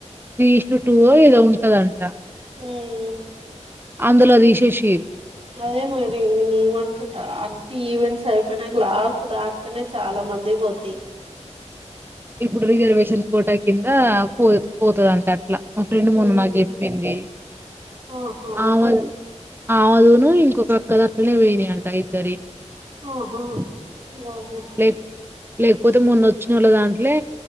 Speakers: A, on the right (about 20°); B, on the right (about 50°).
A: త్రీ ఈస్ట్ టూవో ఏదో ఉంటదంట
B: ఉమ్,
A: అందులో తీసేషిరు
B: అదే మరి నేను ఏమంటుంటా అన్ని ఈవెంట్స్ అయిపోయినంక లాస్ట్ దాంట్లనే చాలా మందివి పోతాయి
A: ఇప్పుడు రిజర్వేషన్ కోట కింద పో పోతదంట అట్లా మా ఫ్రెండ్ మొన్న
B: ఉమ్,
A: నాకు చెప్పింది
B: ఆహా
A: <unintelligible> ఆమెదూను ఇంకొక అక్కది అట్లనే పోయినయి అంట ఇద్దరి
B: ఆహా వామ్మో
A: లే లేకపోతే మొన్న వచ్చినోళ్ళ దాంట్లే